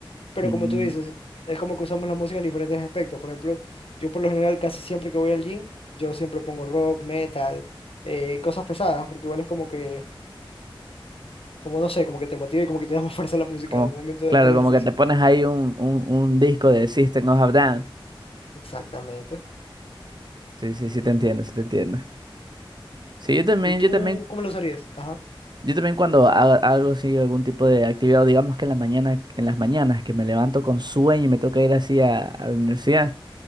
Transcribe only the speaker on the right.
mm,
Como,
claro,
como que te pones ahí un, un, un disco de System of a Down.
Sí, sí, sí te entiendo, sí te entiendo. Sí, yo también,
yo también,
yo también cuando haga algo así, algún tipo de actividad, o digamos que en la mañana, en las mañanas que me levanto con sueño y me toca ir así a, a la universidad,